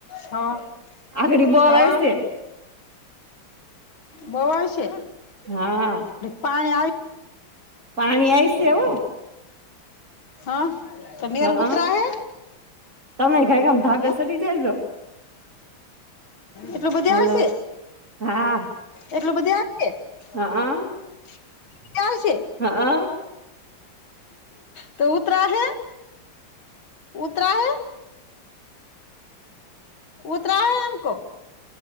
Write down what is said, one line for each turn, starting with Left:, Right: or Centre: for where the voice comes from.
Left: હોવે
Right: આગડી બહુ આવશે
Left: હોવે. બોય છે
Right: હા
Left: પાણી આવી- -
Right: પાણી આઈસે હો.
Left: હા. તો નેર
Right: હા
Left: ઉતરા
Right: હ
Left: હે
Right: તમે કઈકમ ધા
Left: હે
Right: બેસડી જાય.
Left: એટલું બધું
Right: હાલો
Left: આવશે
Right: હા
Left: એટલું બધું આવશે. ચ્યાાલ
Right: હા
Left: છે.
Right: હા.
Left: તો ઉતરા હૈ ઉતરા હૈ. ઉતરા એમ કો